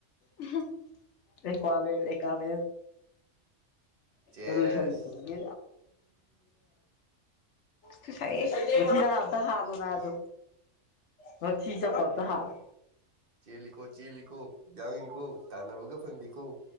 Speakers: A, on the left; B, on the right.
A: ꯎꯍꯨꯝ ꯑꯦꯀ꯭ꯋꯥꯃꯦꯟ ꯑꯦꯀꯥꯃꯦꯟ
B: ꯆꯦꯁ
A: ꯑꯗꯨꯒꯤ ꯁꯔꯨꯛ ꯐꯪꯗꯦ ꯌꯥꯝ <unintelligible> ꯍꯥꯠꯂꯣ ꯅꯥꯕ ꯑꯗꯣ ꯉꯛꯊꯤ ꯆꯞꯄ ꯑꯝꯇꯥ ꯍꯥꯠꯂꯣ
B: ꯆꯦꯜꯂꯤꯀꯣ ꯆꯦꯜꯂꯤꯀꯣ ꯌꯥꯡꯉꯤꯀꯣ ꯇꯥꯟꯅꯕꯒ ꯐꯪꯗꯦ ꯀꯣ